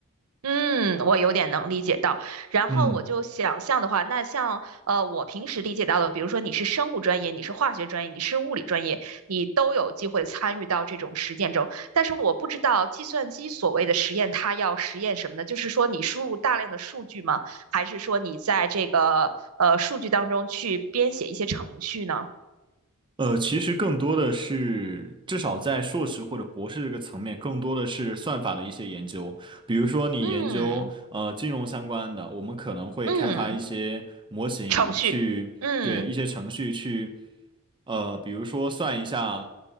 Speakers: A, on the right (about 85°); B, on the right (about 20°).
A: 嗯，我有点能理解到。然后我就想象的话，
B: 嗯。
A: 那像呃，我平时理解到的，比如说你是生物专业，你是化学专业，你是物理专业，你都有机会参与到这种实践中。但是我不知道计算机所谓的实验，它要实验什么呢？就是说你输入大量的数据吗？还是说你在这个呃数据当中去编写一些程序呢？
B: 呃，其实更多的是，至少在硕士或者博士这个层面，更多的是算法的一些研究。比如说，你研究呃金融相关的，
A: 嗯
B: 我们可能会开发一些模型去，
A: 嗯，程序，嗯。
B: 对一些程序去呃，比如说算一下，